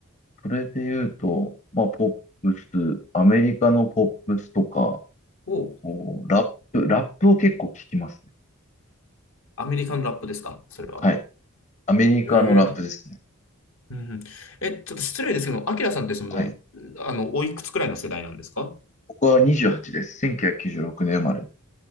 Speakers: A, on the left; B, on the left.
A: それで言うと、まあ、ポップス、アメリカのポップスとか、
B: お、
A: こうラップ、ラップを結構聞きますね。
B: アメリカのラップですかそれは。
A: はい。アメリカのラップですね。
B: へえ。うんうん。え、ちょっと失礼ですけど、アキラさんってその、
A: はい。
B: あの、おいくつくらいの世代なんですか
A: 僕は28です。1996年生まれ。